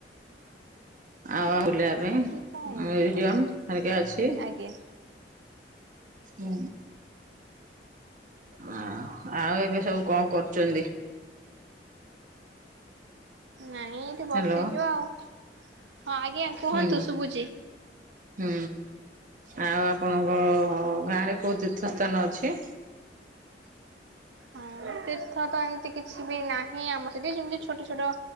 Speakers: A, on the right; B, on the right.
A: ଆଉ <inaudible>
B: ସେ କଣ
A: ମ୍ୟୁଜିୟମ
B: <inaudible>
A: ହେରିକା ଅଛି।
B: ଆଜ୍ଞା।
A: ହୁଁ ଆ ଆଉ ଏବେ ସବୁ କଣ କରୁଛନ୍ତି?
B: ନାଇଁ ଏଠି ବସିଚୁ
A: ହ୍ୟାଲୋ
B: ଆଉ ହଁ ଆଜ୍ଞା କୁହନ୍ତୁ
A: ହୁଁ
B: ଶୁଭୁଛି।
A: ହୁଁ ଆଉ ଆପଣଙ୍କ ଗାଁରେ କୋଉ ତୀର୍ଥ ସ୍ଥାନ ଅଛି?
B: ହଁ ତିର ତୀର୍ଥ ତ ଏମିତି କିଛି ବି ନାହିଁ ଆମ ସେଠି ଯେମିତି ଛୋଟ ଛୋଟ